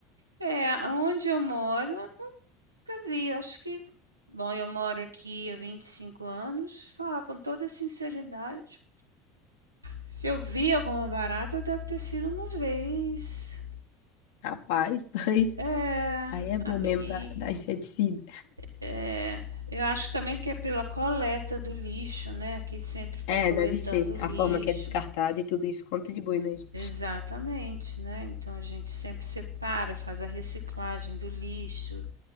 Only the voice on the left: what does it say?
Rapaz, <laughs> pois
aí é
bom mesmo da, da inseticida.
É,
deve ser. A
forma que é descartada e tudo isso contribui mesmo.